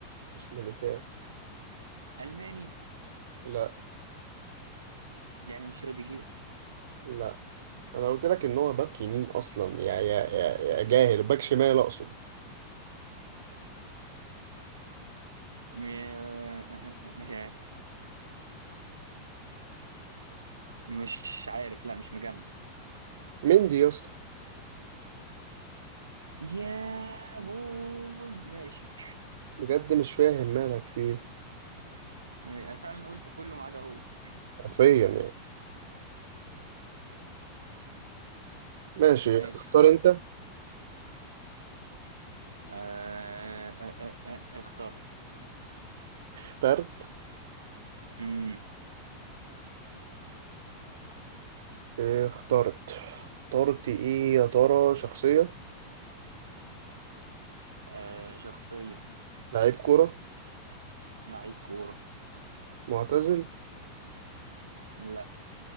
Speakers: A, on the right (about 60°); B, on the right (about 75°).
A: مش ميليتاو
B: الماني
A: لا
B: يعني مش روديجير
A: لا انا قلت لك ان هو باك يمين اصلا يا يا يا, يا جاهل باك شمال اقصد
B: م... آه، آه، آه، مش عارف مش عارف لا مش مجمع
A: مندي يا اسطى
B: يا بوي ماشي
A: بجد مش فاهم مالك فيه
B: انا فعلا قلت كله ما عدا هو
A: حرفيا يعني ماشي
B: ماشي
A: اختار
B: خلاص
A: انت
B: آه... آه... آه... آه... اخترت
A: اخترت
B: مم.
A: إيه، اخترت اخترت ايه يا ترى شخصية
B: آه... شخصية
A: لعيب كرة
B: لعيب كورة
A: معتزل
B: لا